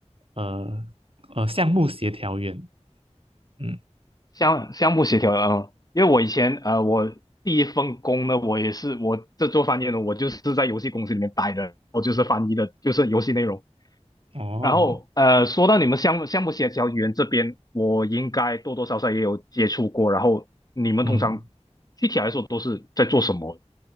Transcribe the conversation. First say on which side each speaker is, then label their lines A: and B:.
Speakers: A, on the right; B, on the left.
A: 呃呃项目协调员，嗯，
B: 项项目协调的，嗯，因为我以前呃，我第一份工呢，我也是我这做翻译的，我就是在游戏公司里面待的，我就是翻译的，就是游戏内容。
A: 哦，
B: 然后呃，说到你们项目项目协调员这边，我应该多多少少也有接触过。然后你们通常具体来说都是在做什么？
A: 嗯。